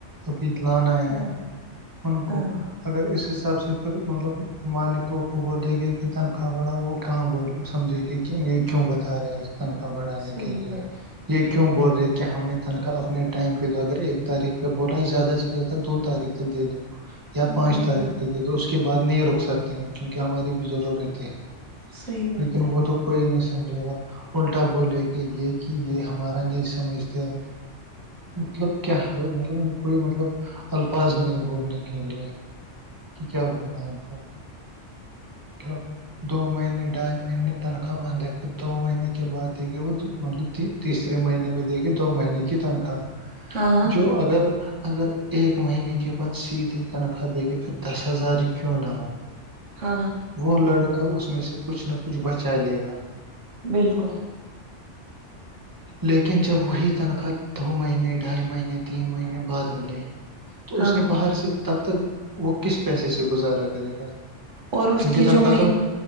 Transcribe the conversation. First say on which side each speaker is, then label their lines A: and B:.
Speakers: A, on the right; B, on the right.
A: اپبت لان آ
B: ہاں
A: ان کو
B: ہاں
A: اگر اس حساب سے پھر مطلب مالکوں کو بولے گئے کہ تنخواہ بڑھا وہ کہاں بول سمجھے گ یہ کیوں بتا رہے ہیں تنخواہ بڑھانے
B: صحیح
A: کے لیے
B: بات
A: یہ کیوں بول رہے کہ ہمیں تنخواہ اپنے ٹائم پ اگر ایک تاریخ پہ بولا ہے زیادہ سے زیادہ دو تاریخ تک دے دو یا پانچ
B: بالکل
A: تاریخ تک دے دو اس کے بعد نہیں رک سکتے کیونکہ ہماری بھی ضرور رہتے ہیں
B: صحیح بات
A: لیکن وہ تو کوئی نہیں سمجھے گا الٹا بولے گ یہ کہ یہ ہمارا نہیں سمجھتے مطلب کیا مطلب کوئی مطلب الفاظ نہیں ہے بولنے کے لیے کہ کیا بولنا ہے ان کو مطلب دو مہینے ڈھائی مہینے تنخواہ بندھ ہے دو مہینے کے بعد دیکھیے وہ مطلب تیسرے مہینے میں دے گی دو مہینے کی تنخواہ
B: ہاں
A: جو اگر اگر ایک مہینے کے بعد سیدھے تنخواہ دیں گے پھر دس ہزار ہی کیوں نہ ہو
B: ہاں
A: وہ لڑکا اس میں سے کچھ نہ کچھ بچا لے گا
B: بالکل
A: لیکن جب وہی تنخواہ دو مہینے ڈھائی مہینے تین مہینے بعد ملے تو
B: ہاں
A: اس نے باہر سے تب تک وہ کس پیسے سے گزارا کرے گا
B: اور اس
A: کیونکہ
B: کی
A: تنخاہ
B: جو مہینے
A: تو